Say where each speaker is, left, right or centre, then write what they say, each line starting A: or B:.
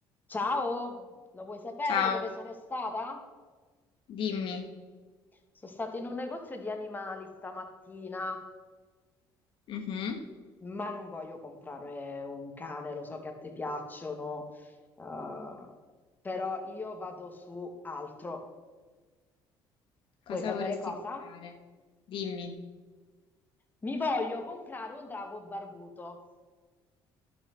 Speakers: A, on the left; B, on the left.
A: Ciao, lo vuoi sapere
B: Ciao,
A: dove sono stata?
B: dimmi,
A: Sono stata in un negozio di animali stamattina,
B: Mhm.
A: ma non voglio comprare un cane, lo so che a te piacciono, eh, però io vado su altro.
B: cosa
A: Vuoi sapere
B: vorresti
A: cosa?
B: comprare? Dimmi.
A: Mi voglio comprare un drago barbuto.